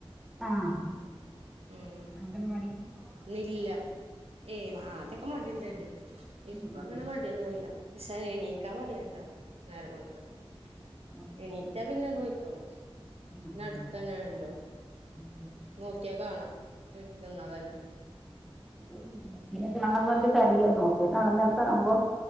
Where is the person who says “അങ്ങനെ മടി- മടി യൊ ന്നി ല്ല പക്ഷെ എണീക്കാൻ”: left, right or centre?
Right